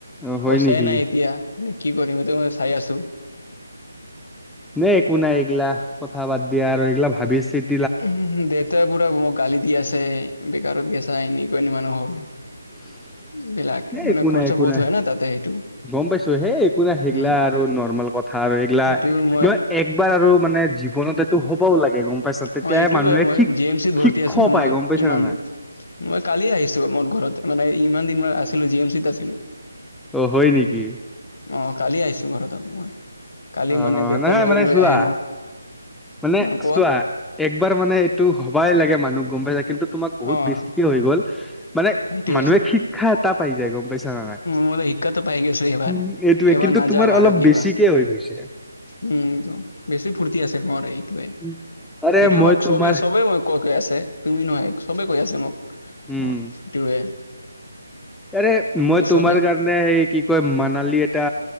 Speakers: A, in the centre; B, on the left (about 55°).
A: অ হয়
B: পইচাই
A: নেকি
B: নাই এতিয়া এ কি কৰিম এইটো চাই আছোঁ।
A: নে একো নাই এইগিলা কথা বাদ দিয়া আৰু এইগিলা ভাৱিছিত
B: উ, দেউতাই পুৰা মেকে গালি দি আছে বেকাৰত গেছা <unintelligible> এনে মানুহ হ'ল।
A: <unintelligible>
B: বিলাক
A: এ,
B: মানে
A: একো
B: খৰচা
A: নাই একো
B: বহুত
A: নাই
B: হয় না তাতে সেইটো
A: গম পাইছো হে একো নাই সেগলা
B: উম,
A: আৰু নৰ্মেল ক থা আৰু এইগিলা
B: সেইটো মই
A: ন, একবাৰ আৰু মানে জীৱনত এইটো হ'বও লাগে গম পাইছা। তেতিয়াই
B: অ, এইটো
A: মানুহে
B: মই
A: শিক
B: জি এম চিত ভৰ্তি
A: শিক্ষ
B: আছিলোঁ
A: পায়
B: মই
A: গম পাইছা
B: ইমানদিন
A: নে নাই
B: মই কালি আহিছোঁ মোৰ ঘৰত মানে ইমান দিনমান আছিলোঁ জি এম চিত আছিলোঁ।
A: অ, হয় নেকি।
B: অ, কালি আহিছোঁ ঘৰত মই। কালি
A: অ
B: মানে দেউতা
A: নহয়
B: লৈ,
A: মানে
B: লৈ
A: চোৱা
B: আহি মোক
A: মানে
B: নকোৱা
A: চোৱা একবাৰ মানে এইটো হবাই লাগে মানুহ গম পাই যায় কিন্তু। তোমাক বহুত
B: অ'।
A: বেছিকে হৈ গ'ল মানে
B: সেইটোৱে
A: মানুহে শিক্ষাত পাই যায়, গম পাইছা নে নাই
B: মোৰ শিক্ষাটো পাই গৈছো এইবাৰ
A: উম, এইটোৱে
B: এইবাৰ
A: কিন্তু
B: নাযাওঁ
A: তোমাৰ অলপ
B: আৰু কিবা
A: বেছিকে হৈ গৈছে।
B: উম, বেছি ফূৰ্তি আছিল মোৰ এইটোৱে সেইটোৱে
A: উম, আৰে মই
B: মোক
A: তোমাৰ
B: চবেই, সবেই মই কৈ, কৈ আছে তুমি নহয় চবেই কৈ আছে মোক
A: উম
B: মোৰ সেইটোৱে।
A: আৰে মই তোমাৰ
B: চবে
A: কাৰণে সেই কি কয় মানালী এটা